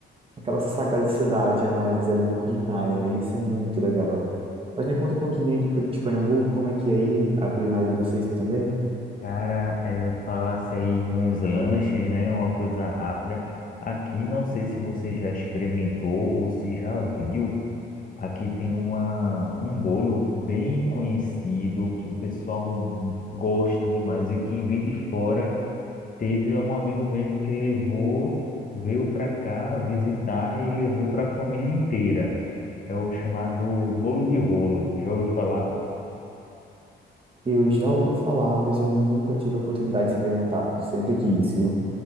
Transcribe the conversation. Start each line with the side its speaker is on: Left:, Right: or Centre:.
Right: aquela sagacidade a mais ali na culinária, né? Isso é muito legal. Mas me conta um pouquinho aí do Pe- de Pernambuco, como é que é aí a culinária de vocês também?
Left: Cara, é, falasse aí de uns lanches, né? Uma coisa rápida. Aqui, não sei se você já experimentou ou se já viu. Aqui tem uma, um bolo bem conhecido que o pessoal gosta demais. E quem vem de fora, teve é um amigo mesmo que levou, veio para cá visitar e levou para a família inteira. É o chamado bolo de rolo. Já ouviu falar?
Right: Eu já ouvi falar, mas eu nunca tive a oportunidade de experimentar. Sempre quis, viu?